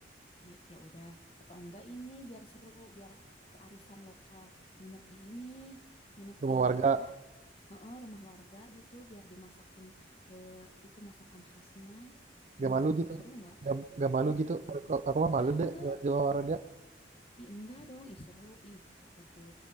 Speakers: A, on the left; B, on the right.
A: ya, ya udah. Atau enggak ini biar seru, biar kearifan lokal nginep di ini, nginep
B: rumah
A: di
B: warga
A: apa? Heeh, rumah warga gitu biar dimasakin eh, itu masakan khasnya. Gimana
B: Gak malu
A: tuh?
B: gitu.
A: Seru nggak?
B: Gak, gak malu
A: Hmm?
B: gitu. Aku, aku mah malu
A: Ya enggak
B: deh kalau
A: lah.
B: di luar olahraga.
A: Ih, enggak dong. Ih, seru. Ih, atau